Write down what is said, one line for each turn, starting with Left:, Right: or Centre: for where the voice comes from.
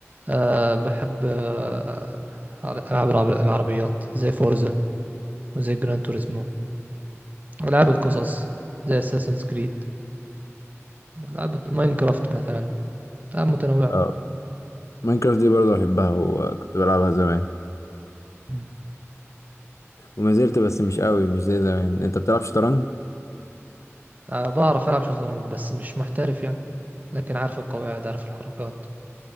Right: أه بحب آه، ألعاب العرب- العربيات زي فورزا وزي جران توريزمو ألعاب القصص زي اساسنز كريد ألعاب ماينكرافت مثلا ألعاب متنوعة
Left: اه ماينكرافت دي برضه بحبها وكنت بلعبها زمان
Right: مم.
Left: وما زلت بس مش قوي مش زي زمان انت بتلعب شطرنج
Right: أه بعرف ألعب شطرنج بس مش محترف يعني لكن عارف القواعد عارف الحركات